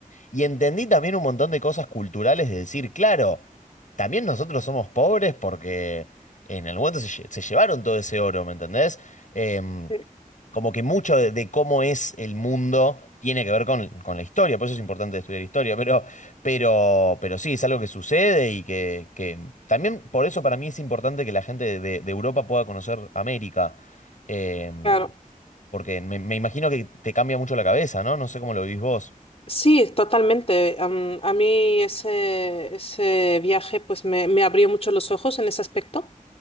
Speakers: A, on the left; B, on the left.
A: y entendí también un montón de cosas culturales de decir, claro, también nosotros somos pobres porque en algún momento se, lle- se llevaron todo ese oro, ¿me entendés? Em,
B: eh,
A: como que mucho de, de cómo es el mundo tiene que ver con, con la historia, por eso es importante estudiar historia, pero, pero, pero sí, es algo que sucede y que, que también por eso para mí es importante que la gente de, de Europa pueda conocer América, Em,
B: claro.
A: porque me, me imagino que te cambia mucho la cabeza, ¿no? No sé cómo lo vivís vos,
B: Sí, totalmente. Am- a mí ese, ese viaje pues me, me abrió mucho los ojos en ese aspecto.